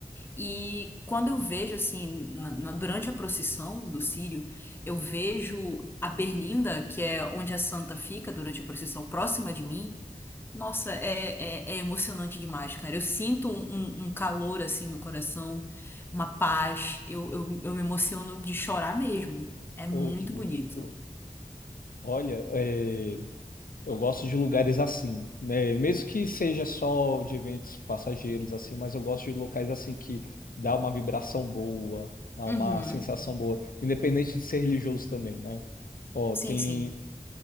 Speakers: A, on the left (about 15°); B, on the left (about 85°).
A: E quando eu vejo, assim, na- na- durante a procissão do Círio, eu vejo a Berlinda, que é onde a santa fica durante a procissão, próxima de mim. Nossa, é, é, é emocionante demais, cara. Eu sinto um, um- um calor assim no coração, uma paz. Eu, eu, eu me emociono de chorar mesmo. É
B: Oh,
A: muito
B: que bonito.
A: bonito.
B: Olha, é, eu gosto de lugares assim, né? Mesmo que seja só de eventos passageiros assim, mas eu gosto de locais assim que dá uma vibração boa, dá uma
A: Uhum.
B: sensação boa, independente de ser religioso também, né? Ó,
A: Sim,
B: tem
A: sim.